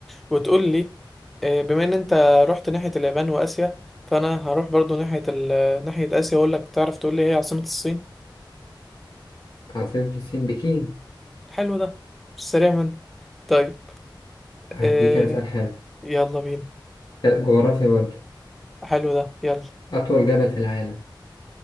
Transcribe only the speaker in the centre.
وتقول لي آه بما ان انت رحت ناحية اليابان واسيا فانا هروح برضو ناحية ال... ناحية اسيا واقول لك تعرف تقول لي ايه عاصمة الصين
حلو ده في السريع منه طيب
آه
يلا بينا
حلو ده يلا